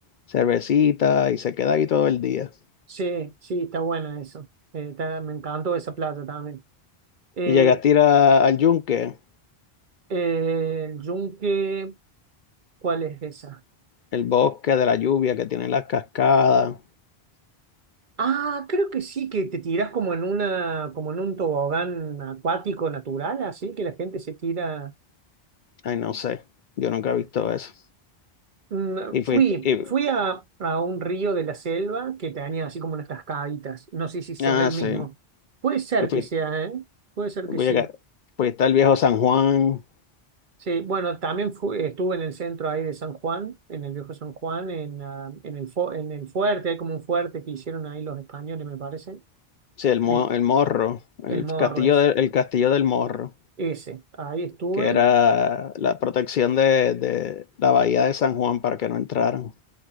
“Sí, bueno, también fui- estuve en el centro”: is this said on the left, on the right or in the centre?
Right